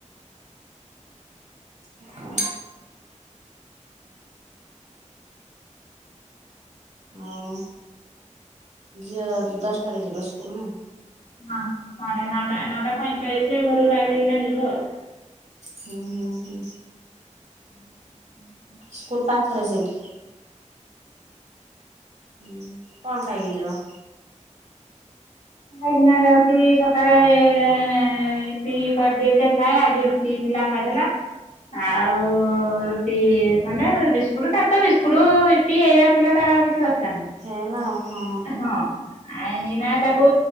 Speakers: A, on the right; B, on the left.
A: ଆ ଆଉ ଝିଅ ଯି ଦଶଟାରେ ଯିବ ସ୍କୁଲ ନାଇ?
B: ହଁ ସାଢ଼େ ନଅଟା ନଅଟା ପଇଁଚାଳିଶରେ ଘରୁ ବାହାରିକିନା ଯିବ ଆଉ।
A: ହୁଁ ହୁଁ ହୁଁ।
B: ହୁଁ ହୁଁ
A: ସ୍କୁଲ ପାଖରେ ସେଇଠି। ଉଁ କଣ ଖାଇକି ଯିବ?
B: ଖାଇକିନା ଯାଉଛି ସକାଳେ ଏଁ ଇପି କରିଦେଏଯେ ଖାଏ ଆଜି ରୁ <unintelligible> ଖାଇଦେଲା
A: <inaudible>
B: ଆଉ ର ଖଣ୍ଡେ ବିସ୍କୁଟ ତ ତ ବିସ୍କୁଟ ଏଇ ଏଇରାା ଥିଲା ତାର କିଛି ଦର
A: ହେଇଗଲା
B: <inaudible>
A: ଆଉ ହଁ
B: ହଁ ଆ ନା। ତାକୁ